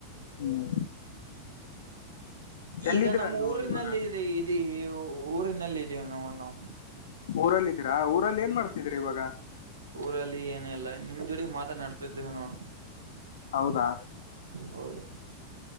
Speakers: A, on the left; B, on the right.
A: ಹ್ಮ್ ಎಲ್ಲಿದ್ದೀರಾ
B: ಈಗ ನಮ್ಮ
A: ನೀವು
B: ಊರಿನಲ್ಲಿ
A: ಇವಾಗ
B: ಇದು ಇದು ಊರಿನಲ್ಲಿ ಇದೀವು ನಾವು.
A: ಊರಲ್ಲಿದ್ದೀರಾ ಊರಲ್ಲಿ ಏನ್ ಮಾಡ್ತಿದೀರ ಇವಾಗ.
B: ಊರಲ್ಲಿ ಏನಲ್ಲಾ ನಿಮ್ಮ ಜೋಡಿ ಮಾತನಾಡ್ತಿದ್ದೇವು ನೋಡು.
A: ಹೌದಾ
B: ಹೌದು.